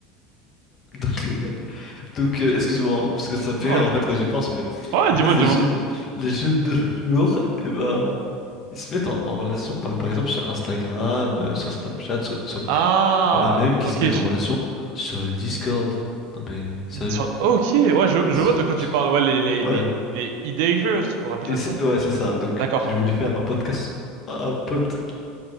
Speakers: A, on the left (about 35°); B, on the right (about 70°).
A: Donc, <laughs> donc euh, excuse-moi, hein, parce que ça me fait
B: Non,
A: rire,
B: t'inquiète.
A: en fait, quand j'y pense, mais
B: Ouais,
A: en
B: dis-moi,
A: fait, les
B: dis-moi.
A: jeunes, les jeunes de nos jours, eh ben, ils se mettent en, en relation, bah, par exemple, sur Instagram, euh, sur Snapchat, sur, sur
B: Ah,
A: Il y en a même qui
B: ok,
A: se mettent
B: je,
A: en relation sur Discord. Non mais sérieux.
B: sur- ok, ouais, je, je
A: C'est-
B: vois de quoi tu parles. Ouais, les, les,
A: Ouais.
B: les, les idées, on appelle
A: Et
B: ça comme
A: c'est-
B: ça.
A: ouais, c'est ça. Donc
B: D'accord.
A: j'ai voulu faire un podcast. Un podcast,